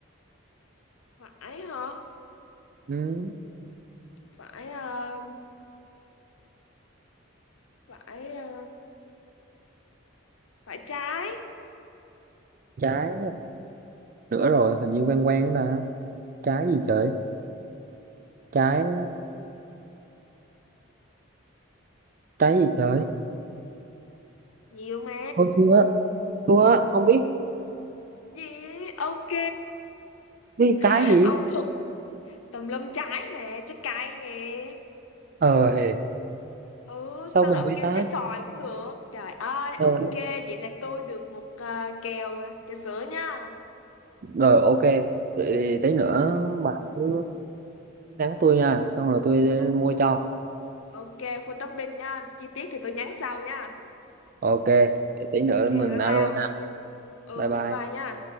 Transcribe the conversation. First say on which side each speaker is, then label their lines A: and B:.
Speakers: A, on the left; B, on the right.
A: phải hả
B: ừ.
A: phải ờ, phải ờ, phải trái
B: trái nữa rồi hình như quen quen đó nè trái gì trời trái trái gì trời
A: nhiều mà
B: thôi thua thua không biết
A: gì ok
B: cái trái
A: <laughs>
B: gì
A: ông thuộc tùm lum trái mà trái cây nè
B: ờ hề.
A: Ừ,
B: sao
A: sau
B: mình
A: rồi ông
B: biết
A: kêu
B: ta
A: trái xoài cũng được. Trời ơi, ok,
B: ờ
A: vậy là tôi được một ờ, kèo trà sữa nha.
B: rồi ok vậy thì tí nữa bạn cứ nhắn tôi nha xong rồi tôi
A: Ok,
B: mua cho
A: ok, full topping nha. Chi tiết thì tôi nhắn sau nha.
B: ok tí
A: Ok,
B: nữa
A: bye
B: mình
A: bye
B: alo
A: ông.
B: nha
A: Ừ,
B: bye bye
A: bye bye nha.